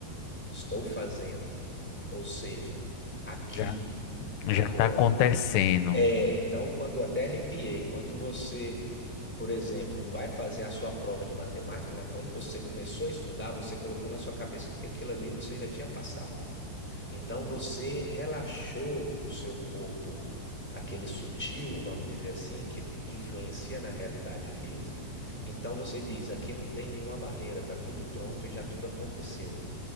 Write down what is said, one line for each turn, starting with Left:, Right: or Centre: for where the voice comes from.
Centre: estou fazendo, ou seja, aqui,
Left: já,
Centre: agora.
Left: já tá acontecendo.
Centre: É, então quando até arrepiei, quando você, por exemplo, vai fazer a sua prova de matemática, né, quando você começou a estudar, você colocou na sua cabeça que aquilo ali você já tinha passado. Então você relaxou o seu corpo, aquele sutil, vamos dizer assim, que influencia na realidade física. Então você diz: aqui não tem nenhuma barreira, está tudo pronto e já tudo aconteceu.